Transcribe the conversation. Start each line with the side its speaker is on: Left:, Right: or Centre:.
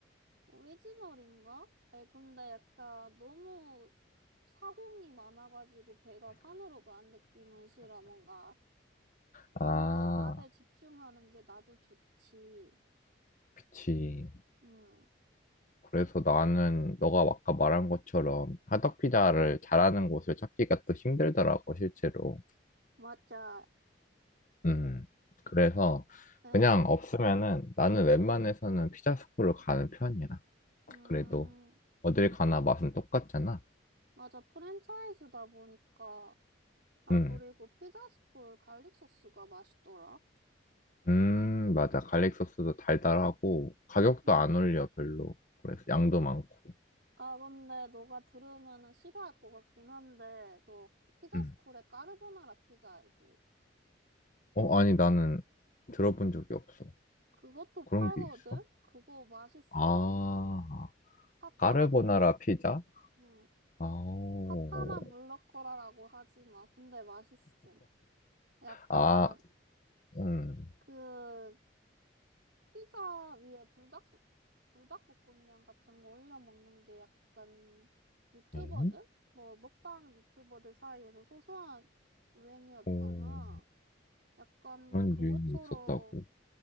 Right: 오리지널인가? 아니 근데 약간 너무 사공이 많아가지고 배가 산으로 가는 느낌은 싫어. 뭔가
Left: 아,
Right: 어느 맛에 집중하는 게 나도 좋지.
Left: 그치.
Right: 음,
Left: 그래서 나는 너가 아까 말한 것처럼 화덕피자를 잘하는 곳을 찾기가 또 힘들더라고, 실제로.
Right: 맞아.
Left: 음. 그래서
Right: 응.
Left: 그냥 없으면은 나는 웬만해서는 피자스쿨을 가는 편이야.
Right: 음,
Left: 그래도 어딜 가나 맛은 똑같잖아.
Right: 맞아. 프랜차이즈다 보니까. 아,
Left: 음.
Right: 그리고 피자스쿨 갈릭 소스가 맛있더라.
Left: 음, 맞아. 갈릭 소스도 달달하고 가격도
Right: 응.
Left: 안 올려, 별로. 그래서 양도 많고.
Right: 아, 근데 너가 들으면은 싫어할 것 같긴 한데, 너 피자스쿨의
Left: 음.
Right: 까르보나라 피자 알지?
Left: 어, 아니, 나는 들어본 적이 없어.
Right: 그것도
Left: 그런
Right: 팔거든?
Left: 게 있어?
Right: 그거 맛있어.
Left: 아,
Right: 사타나
Left: 까르보나라
Right: 물럭,
Left: 피자?
Right: 음, 음.
Left: 아오.
Right: 사타나 물럭거라라고 하지 마. 근데 맛있음. 약간,
Left: 아, 음.
Right: 그, 피자 위에 불닭, 불닭볶음면 같은 거 올려 먹는 게 약간 유튜버들?
Left: 음?
Right: 뭐 먹방 유튜버들 사이에서 소소한 유행이었잖아.
Left: 오,
Right: 약간
Left: 그런
Right: 그것처럼
Left: 유인이 있었다고.